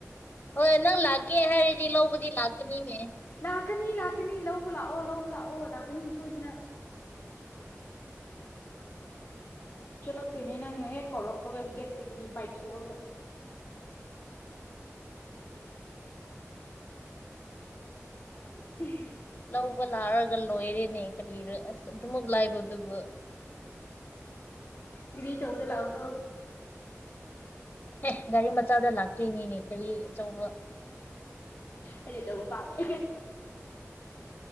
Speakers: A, on the left; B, on the left.
A: ꯍꯣꯏ ꯅꯪ ꯂꯥꯛꯀꯦ ꯍꯥꯏꯔꯗꯤ ꯂꯧꯕꯗꯤ ꯂꯥꯛꯀꯅꯤꯅꯦ
B: ꯂꯥꯛꯀꯅꯤ ꯂꯥꯛꯀꯅꯤ ꯂꯧꯕ ꯂꯥꯛꯑꯣ ꯂꯧꯕ ꯂꯥꯛꯑꯣ ꯂꯥꯛꯀꯅꯤ ꯁꯣꯏꯗꯅ ꯆꯠꯂꯛꯇꯣꯏꯅꯦ ꯅꯪꯅ ꯍꯦꯛ ꯀꯧꯔꯛꯄꯒ ꯒꯦꯠꯇꯒꯤ ꯄꯥꯏꯊꯣꯛꯑꯒ <unintelligible>
A: ꯂꯧꯕ ꯂꯥꯛꯔꯒ ꯂꯣꯏꯔꯦꯅꯦ ꯀꯔꯤꯔ ꯑꯁ ꯑꯗꯨꯃꯛ ꯂꯥꯏꯕꯗꯨꯕꯨ
B: ꯒꯤꯔꯤ ꯆꯧꯕꯗ ꯂꯥꯎ ꯀꯣ
A: ꯑꯦ ꯒꯥꯔꯤ ꯃꯆꯥꯗ ꯂꯥꯛꯇ꯭ꯔꯤꯅꯤꯅꯦ ꯀꯔꯤ ꯑꯆꯧꯕ
B: ꯑꯩꯗꯤ ꯇꯕꯨ ꯄꯥꯃꯦ